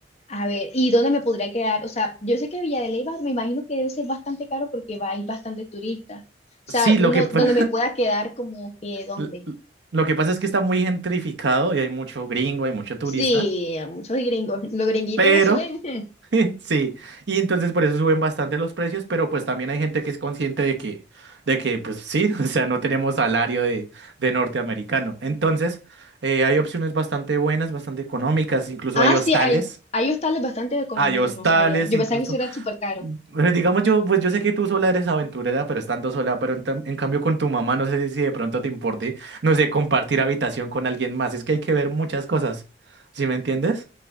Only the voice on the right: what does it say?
Sí,
lo
que, pa-
<laughs>
l- l- lo que pasa es que está muy gentrificado y hay mucho gringo, hay mucho turista,
pero...
Sí, y entonces por eso suben bastante los precios, pero pues también hay gente que es consciente de que, de que pues sí, <laughs> o sea, no tenemos salario de, de norteamericano. Entonces, eh, hay opciones bastante buenas, bastante económicas, incluso
hay hostales,
hay hostales
incluso
pero digamos yo, pues yo sé que tú sola eres aventurera, pero estando sola, pero en, tam- en cambio con tu mamá, no sé si, si de pronto te importe, no sé, compartir habitación con alguien más. Es que hay que ver muchas cosas, ¿sí me entiendes?